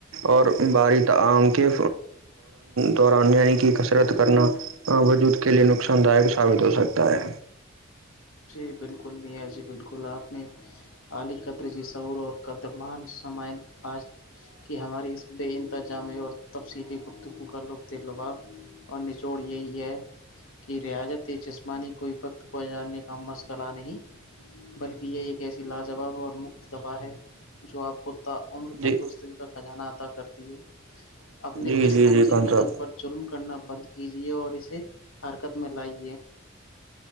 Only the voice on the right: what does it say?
اور باری تعالی دوران یعنی کی کسرت کرنا وجود کے لیئے نقصان داک ثابت ہو سکتا ہے
جی
جی
جی
جی خان
صاحب